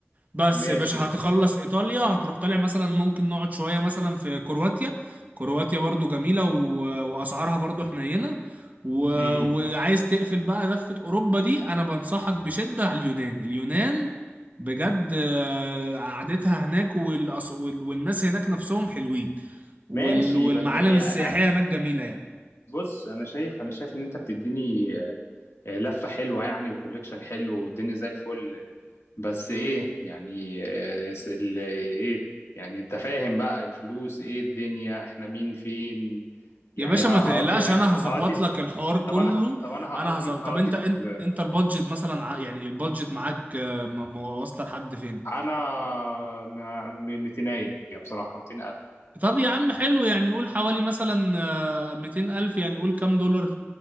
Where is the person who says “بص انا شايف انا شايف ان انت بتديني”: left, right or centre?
Left